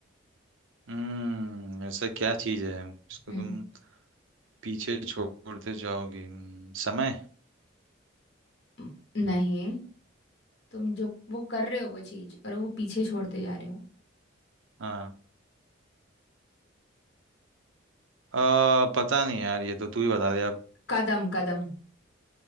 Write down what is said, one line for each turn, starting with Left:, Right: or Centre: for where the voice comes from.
Right: हम्म, ऐसा क्या चीज है इसको
Left: हम्म
Right: तुम पीछे छोड़ते जाओगी हम्म, समय
Left: म- नहीं तुम जो वो कर रहे हो वो चीज और वो पीछे छोड़ते जा रहे हो
Right: हाँ आ, पता नहीं यार ये तो तू ही बता दे अब
Left: कदम कदम